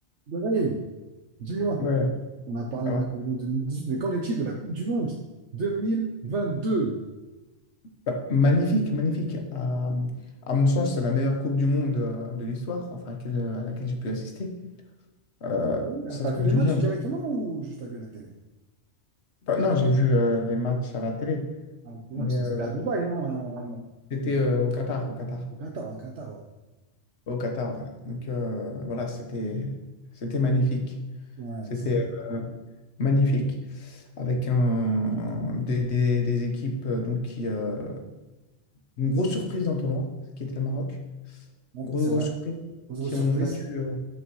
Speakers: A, on the right; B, on the left.
A: Bref, dis-moi,
B: Ouais,
A: on a parlé
B: ça va.
A: de la Coupe du Monde 2018, mais qu'en est-il de la Coupe du Monde 2022?
B: Bah, magnifique, magnifique. À, à mon sens, c'est la meilleure Coupe du Monde euh, de l'histoire, enfin, à laquelle, à laquelle j'ai pu assister. Euh,
A: Ah oui,
B: cette
A: ah, t'as
B: Coupe
A: vu les
B: du
A: matchs
B: Monde.
A: directement ou juste t'as vu à la télé?
B: Bah, non, j'ai vu euh, les matchs à la télé,
A: Ah, ok, ouais,
B: mais
A: parce
B: euh,
A: que c'était à Dubaï, non? euh, au
B: c'était
A: Qatar,
B: euh, au Qatar, au Qatar.
A: au Qatar, ouais, Qatar, ouais.
B: Au Qatar, ouais. Donc euh, voilà, c'était c'était magnifique.
A: Ouais,
B: C'était
A: c'est vrai.
B: euh, magnifique. Avec un, des, des- des équipes euh, donc, qui. euh, une grosse surprise dans le tournoi, qui était le Maroc.
A: Ouais,
B: Grosse,
A: c'est
B: grosse
A: vrai.
B: surprise,
A: Autre
B: qui
A: surprise,
B: ont battu, euh,